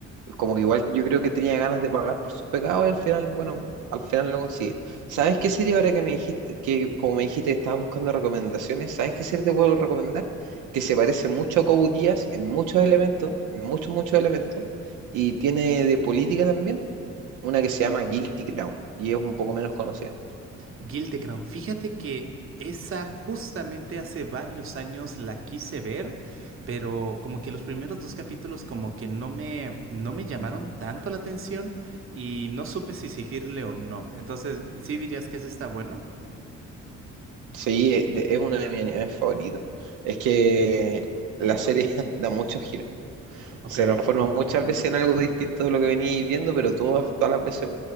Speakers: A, on the right; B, on the right.
A: como que igual yo creo que tenía ganas de pagar por sus pecados y al final, bueno, al final lo consigue. ¿Sabes qué serie ahora que me dijiste, que como me dijiste que estabas buscando recomendaciones, ¿sabes qué serie te puedo recomendar? Que se parece mucho a Code Geass en muchos elementos, en muchos, muchos elementos, y tiene de política también, una que se llama Guilty Crown, y es un poco menos conocida.
B: Gildekrans, fíjate que esa justamente hace varios años la quise ver, pero como que los primeros dos capítulos como que no me, no me llamaron tanto la atención y no supe si seguirle o no. Entonces, ¿sí dirías que ese está bueno?
A: Sí, es de- es uno de mis animes favoritos. Es que la serie <laughs> da muchos giros.
B: Ok.
A: se transforma muchas veces en algo distinto de lo que venís viendo, pero todas, todas las veces